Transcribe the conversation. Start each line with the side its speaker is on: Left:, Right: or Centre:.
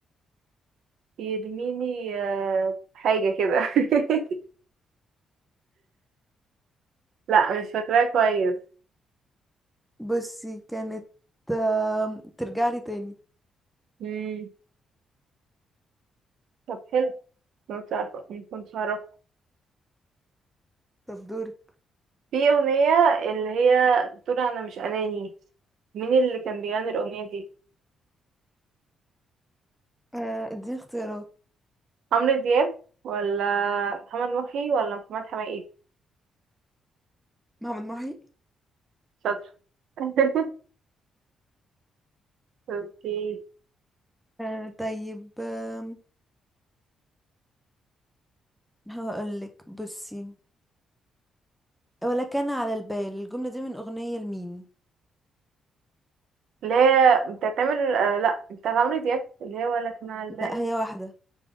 Right: <laughs> يرميني آه، حاجة كده <laughs> لا مش فاكراه كويس
Centre: بصي كانت آم، ترجعلي تاني
Right: مم. طب حلو ما كنتش عارفة ما كنتش أعرفه
Centre: طب دورك
Right: في أغنية اللي هي بتقول أنا مش أناني مين اللي كان بيغني الأغنية دي
Centre: آه، اديني اختيارات
Right: عمرو دياب ولا محمد محي ولا محمد حماقي
Centre: محمد محي
Right: شاطر <laughs> اوكي
Centre: آه، طيب آم، هقولك بصي ولا كان على البال الجملة دي من أغنية لمين
Right: اللي هي بتاعت عمرو آه لا بتاعت عمرو دياب اللي هي ولا كان على البال
Centre: لا هي واحدة